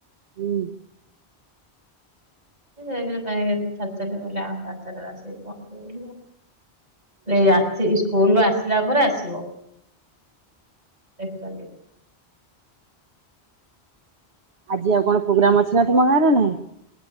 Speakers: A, on the right (about 75°); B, on the right (about 40°).
A: ହୁଁ।
B: <unintelligible> ସାଢ଼େ ଚାରିଟାରେ ଆସିକି ପହଞ୍ଚିବ ବୋଲିକା। ସେ ଆସିକି ସ୍କୁଲରୁ ଆସିଲା ପରେ ଆସିବ। ଏକ୍ଟୁଆଲି।
A: ଆଜି ଆଉ କଣ ପ୍ରୋଗ୍ରାମ ଅଛି ନା ତମ ଗାଁରେ ନାହିଁ?